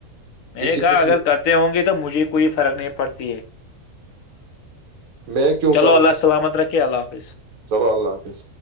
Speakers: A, on the left (about 75°); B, on the right (about 75°).
A: میں
B: کسی
A: نے کہا
B: کے
A: اگر کرتے ہوں گے تو مجھے کوئی فرق نہیں پڑتی ہے
B: میں کیوں
A: چلو
B: کروں
A: اللہ
B: گا
A: سلامت رکھے اللہ حافظ
B: چلو اللہ حافظ